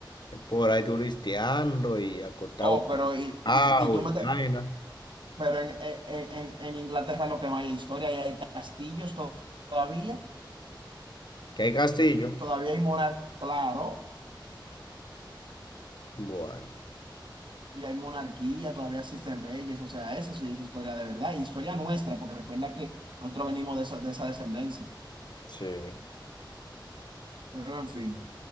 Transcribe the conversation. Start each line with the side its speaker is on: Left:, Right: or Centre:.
Left: por ahí turisteando y acostado
Right: Oh, pero y,
Left: abajo
Right: y, y tú
Left: y
Right: me,
Left: vaina.
Right: Pero en, en- en- en Inglaterra lo que más hay es historia, y hay castillos to- todavía,
Left: ¿Que hay castillo?
Right: todavía hay monarquía, claro,
Left: Bueno,
Right: y hay monarquía, todavía existen reyes, o sea, eso sí es historia de verdad, y historia nuestra, porque recuerda que nosotros venimos de esa, de esa descendencia.
Left: sí.
Right: Pero en fin,